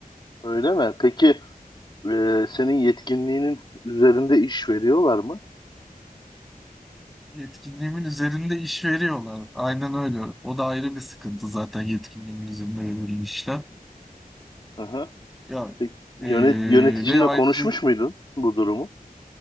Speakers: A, on the left; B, in the centre.
A: öyle mi? Peki e, senin yetkinliğinin üzerinde iş veriyorlar mı?
B: Yetkinliğimin üzerinde iş veriyorlar. Aynen öyle. O da ayrı bir sıkıntı zaten yetkinliğimin üzerinde verilen işler.
A: Hı hı.
B: Ya
A: Peki,
B: ee,
A: yönet- yöneticinle
B: ve ayrıca
A: konuşmuş muydun bu durumu?